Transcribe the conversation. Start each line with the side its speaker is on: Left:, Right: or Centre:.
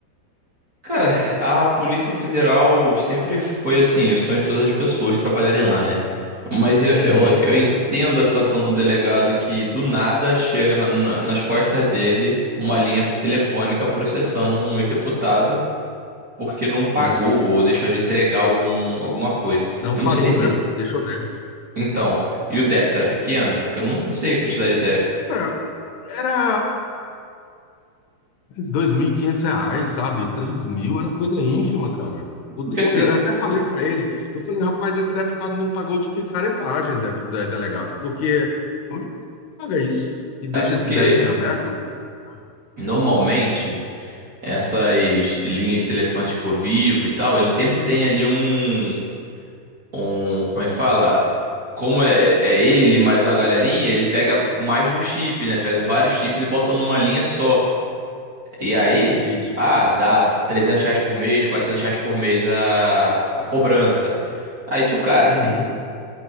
Right: Cara, a Polícia Federal sempre foi assim, o sonho de todas as pessoas trabalharem lá, né? Mas eu,
Left: Uhum,
Right: eu, eu
Left: com
Right: entendo
Left: certeza.
Right: a situação de um delegado que do nada chega na- na- nas costas dele uma linha telefônica processando um ex-deputado porque não pagou
Left: Isso.
Right: ou deixou de entregar algum, alguma coisa.
Left: Não
Right: Eu
Left: pagou
Right: não sei nem se.
Left: mesmo, deixou débito.
Right: Então, e o débito era pequeno? É que eu não, não sei a quantidade de débito.
Left: Era, era 2.500 reais, sabe? três mil, era coisa ínfima, cara. O
Right: Porque
Left: depo-
Right: assim,
Left: eu até falei para ele, eu falei, rapaz, esse deputado não pagou de picaretagem, de- de- delegado, porque como é que paga isso e deixa
Right: é porque
Left: esse débito em aberto? Ah,
Right: normalmente. essas linhas telefantes por vivo e tal, ele sempre tem ali um, um, como é que fala? Como é, é ele mais uma galerinha, ele pega mais de um chip, né? Pegam vários chips e botam numa linha só. E aí,
Left: Isso.
Right: ah, dá 300 reais por mês, 400 reais por mês a, a cobrança. Aí se o cara
Left: Uhum,